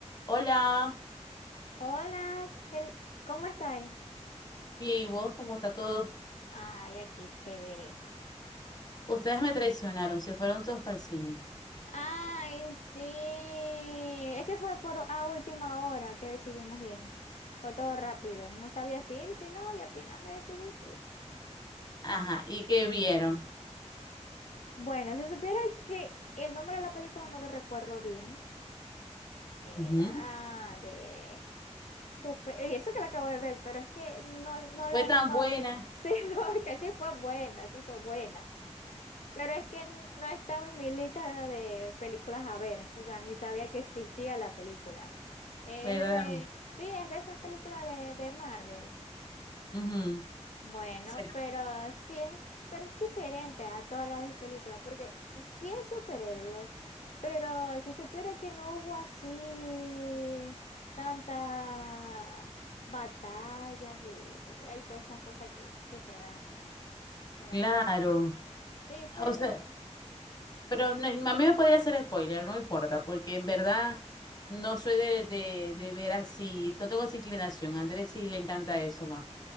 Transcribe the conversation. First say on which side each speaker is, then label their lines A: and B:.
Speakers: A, on the left (about 35°); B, on the left (about 75°).
A: Hola,
B: Hola, Cel- ¿cómo estáis?
A: bien, ¿y vos cómo está todo?
B: Ay, aquí chévere.
A: Ustedes me traicionaron, se fueron todos para el cine.
B: Ay, sí. Es que fue por a última hora que decidimos ir. Fue todo rápido. No sabía si ir, si no, y al final me decidí y fui.
A: Ajá, ¿y qué vieron?
B: Bueno, si supiera que el nombre de la película no lo recuerdo bien, Era
A: Ujú.
B: de super, y eso que la acabo de ver, pero es que no, no la,
A: Fue tan
B: no,
A: buena,
B: sí, <laughs> no, es que sí fue buena, sí fue buena. Pero es que n- no estaba en mi lista de películas a ver, o sea, ni sabía que existía la película. Es
A: ¿verdad?
B: de, sí, es de esas películas de, de Marvel.
A: Ujú.
B: Bueno,
A: Sí.
B: pero sí es, pero es diferente a todas las de películas, porque sí es superhéroe, pero si supiera que no hubo así tantas batallas y pele- hay todas esas cosas que, que se dan. O sea,
A: Claro.
B: sí, sí fue,
A: O sea, pero no- a mí me podía hacer spoiler, no importa, porque en verdad no soy de, de, de ver así, no tengo esa inclinación. A Andrés sí le encanta eso más.